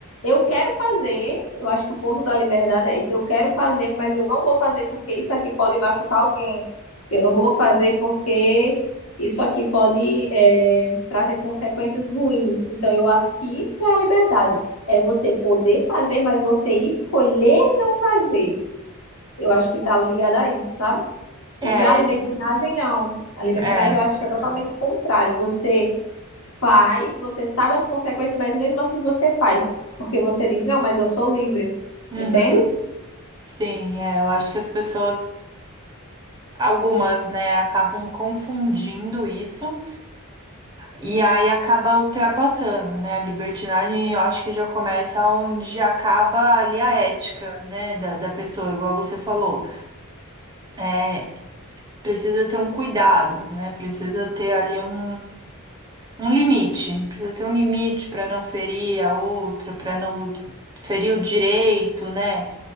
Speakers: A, on the left; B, on the right.
A: eu quero fazer, eu acho que o ponto da liberdade é esse, eu quero fazer, mas eu não vou fazer porque isso aqui pode machucar alguém. Eu não vou fazer porque isso aqui pode é, trazer consequências ruins. Então, eu acho que isso é a liberdade. É você poder fazer, mas você escolher não fazer. Eu acho que tá ligado a isso, sabe?
B: É,
A: E já a libertinagem, não. A libertinagem
B: é.
A: eu acho que é totalmente o contrário. Você faz, você sabe as consequências, mas mesmo assim você faz. Porque você diz, não, mas eu sou livre.
B: Uhum.
A: Entende?
B: Sim, é, eu acho que as pessoas Algumas, né, acabam confundindo isso e aí acaba ultrapassando, né? A libertinagem eu acho que já começa onde acaba ali a ética, né, da, da pessoa, igual você falou. É, precisa ter um cuidado, né? Precisa ter ali um, um limite, precisa ter um limite para não ferir a outra, para não ferir o direito, né?